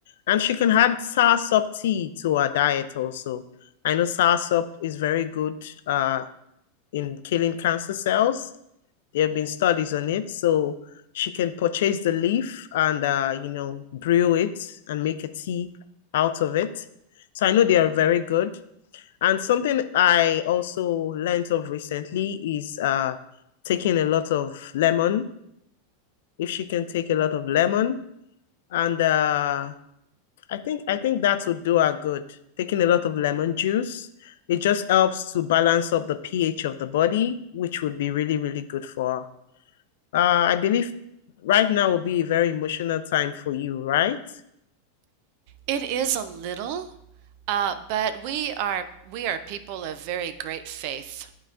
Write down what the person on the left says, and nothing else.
and she can add soursop tea to her diet also. I know soursop is very good, uh, in killing cancer cells. There have been studies on it. So she can purchase the leaf and uh, you know, brew it and make a tea out of it. So I know they are very good. And something I also learned of recently is uh taking a lot of lemon. If she can take a lot of lemon and uh I think I think that would do her good. Taking a lot of lemon juice. It just helps to balance up the pH of the body, which would be really, really good for her. Uh, I believe right now will be a very emotional time for you, right?